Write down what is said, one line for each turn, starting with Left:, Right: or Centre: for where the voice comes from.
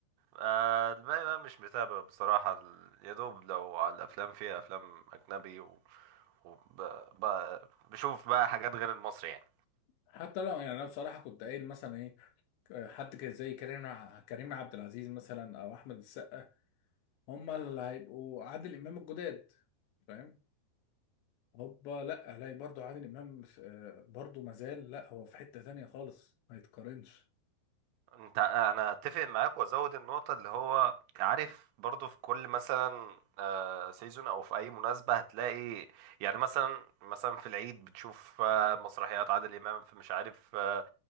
Right: آه، الباقي بقى مش متابع بصراحة ال- يا دوب لو على الأفلام فيها أفلام أجنبي و... وب... ب... بشوف بقى حاجات غير المصري يعني
Left: حتى لو يعني انا بصراحه كنت قايل مثلا ايه آه، حد كده زي كريم ع- كريم عبد العزيز مثلا او احمد السقا هم اللي هيبقوا عادل امام الجداد فاهم هوبا لا الاقي برضو عادل امام في- آه، برضو مازال لا هو في حته تانية خالص ما يتقارنش
Right: انت انا اتفق معاك وازود النقطه اللي هو عارف برضو في كل مثلا آه، سيزون او في اي مناسبه هتلاقي يعني مثلا مثلا في العيد بتشوف آه، مسرحيات عادل امام في مش عارف آه،